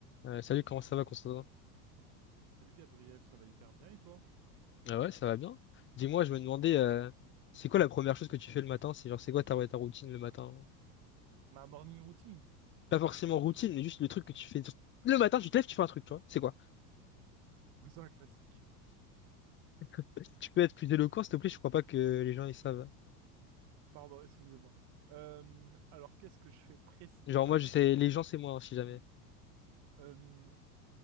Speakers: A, on the left (about 25°); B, on the right (about 55°).
A: Euh, salut, comment ça va, Constantin?
B: Salut Gabriel, ça va hyper bien et toi?
A: Ah ouais, ça va bien. Dis-moi, je me demandais, euh, c'est quoi la première chose que tu fais le matin? C'est genre, c'est quoi ta, ouais, ta routine le matin? genre
B: Ma morning routine.
A: Pas forcément routine, mais juste le truc que tu fais. Le matin, tu te lèves, tu fais un truc, tu vois. C'est quoi?
B: C'est un classique.
A: <laughs> Tu peux être plus éloquent, s'il te plaît, je crois pas que les gens, ils savent.
B: Pardon, excusez-moi. Euh, alors, qu'est-ce que je fais précisément?
A: Genre, moi, je sais, les
B: Euh,
A: gens, c'est moi, hein, si jamais.
B: euh,